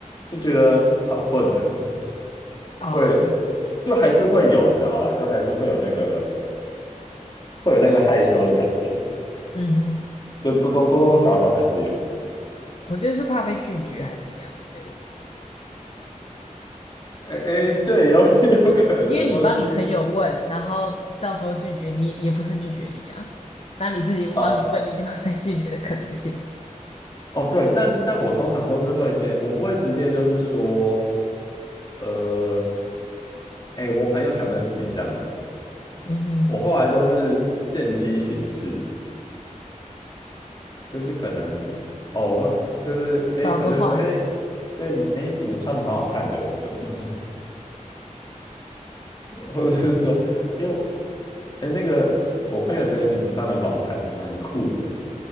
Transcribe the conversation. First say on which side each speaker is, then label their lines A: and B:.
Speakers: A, on the left; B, on the left.
A: 就觉得好困难。
B: 哦，
A: 会就还是会有，你知道吗？就还是会有那个会有那个害羞的感觉，
B: 嗯哼。
A: 就多多多多少少还是有。
B: 我觉得是怕被拒绝还是怎么样之类的吧。
A: 哎哎，对，有 <laughs> 有可能，
B: 因为你帮你朋友问，
A: 或是
B: 然后到时候拒绝你也不是拒绝你啊，那你自己帮你问，
A: 啊
B: 你就会被拒绝的可能性。
A: 哦对，但但我通常都是会先，我不会直接就是说，呃，哎，我朋友想认识你这样子，
B: 嗯哼，
A: 我后来都是见机行事，就是可能哦，我会就是哎，
B: 找个话题。
A: 我就会说哎，对你哎，你们穿的蛮好看的，这 <laughs> 或者是说，哎呦，哎那个我朋友觉得你们穿得很好看，你们很酷